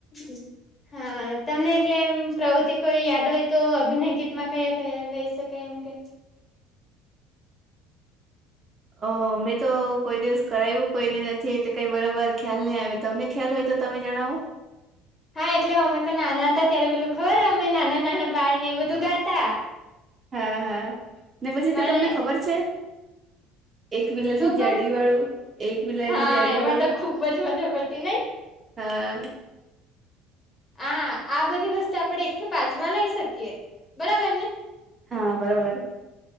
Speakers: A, on the left; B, on the right.
A: <unintelligible> હા તમને એટલે એમ પ્રવૃત્તિ કોઈ યાદ હોય તો, અભિનય ગીતમાં કયા કયા લઈ શકાય એમ કે
B: અ મેં તો કોઈ દિવસ કરાવ્યું કોઈને નથી, એટલે કઈ બરોબર ખ્યાલ નહી આવે, તમને ખ્યાલ હોય તો તમે જણાવો.
A: હા એટલે અમે તો નાના હતા ત્યારે પેલું ખબર, અમે નાના નાના બાળ ને એ બધું ગાતા.
B: હા હા ને પછી
A: પણ
B: તતો તમને ખબર છે. એક બિલાલી
A: શું કવ
B: જાડી વાળું, એક બિલાડી
A: હા
B: જાડી
A: એમાં
B: વાળું.
A: તો ખુબ જ મજા પડતી નઈ
B: હા
A: આ આ બધી વસ્તુ આપડે એક થી પાંચમાં લઈ શકીએ બરાબર ને.
B: હા બરોબર.